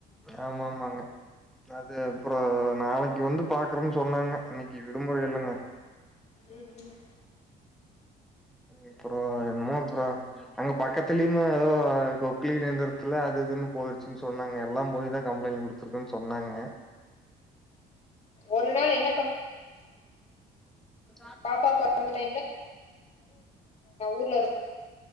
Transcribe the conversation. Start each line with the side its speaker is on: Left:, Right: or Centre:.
Centre: ஆமாமாங்க அது அப்றோ ஒரு நாளைக்கு வந்து பாக்குறம்னு சொன்னாங்க இன்னைக்கு விடுமுறை இல்லங்க
Left: உம் உம்
Centre: அப்றோ என்னமோ அப்ரோ அங்க பக்கத்துலயுமே ஏதோ கொக்களின் ஏந்திரதுல அது இதுன்னு போயிருச்சின்னு சொன்னாங்க எல்லா போய் தா கம்ப்ளைண்ட் குடுத்துருக்கம் சொன்னாங்க
Left: ஒரு நாள் என்ன
Centre: <inaudible>
Left: ம் பாப்பா றந்துட்டே ஊர்ல இருந்தே